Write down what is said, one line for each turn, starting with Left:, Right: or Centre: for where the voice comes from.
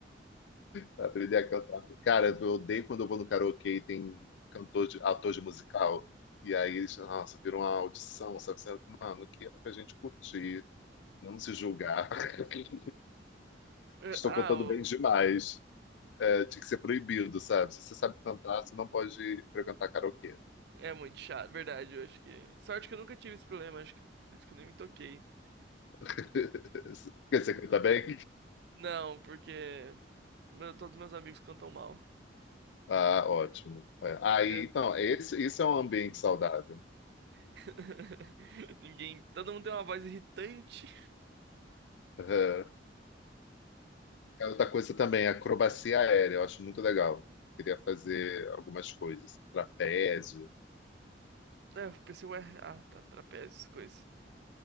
Left: Pra aprender a cantar. Cara, eu odeio quando eu vou no karaokê e tem cantor de, ator de musical. E aí eles, nossa, viram uma audição, sabe? Você, Mano, que era pra gente curtir, não se julgar. <laughs>
Right: É,
Left: Estou
Right: Ah,
Left: cantando
Right: o-
Left: bem demais. É, tinha que ser proibido, sabe? Se você sabe cantar, você não pode frequentar karaokê.
Right: é muito chato, verdade, eu acho que... Sorte que eu nunca tive esse problema, acho que... Por isso que eu nem me toquei.
Left: <laughs> Porque você canta bem?
Right: Não, porque... meu- todos meus amigos cantam mal.
Left: Ah, ótimo. É. Aí,
Right: Que gra-
Left: então, esse, isso é um ambiente saudável.
Right: <laughs> Ninguém... Todo mundo tem uma voz irritante.
Left: Aham. Cara, Outra coisa também, acrobacia aérea, eu acho muito legal. Queria fazer algumas coisas, trapézio,
Right: É, eu pensei, ué, ah, tá, trapézios, coisas.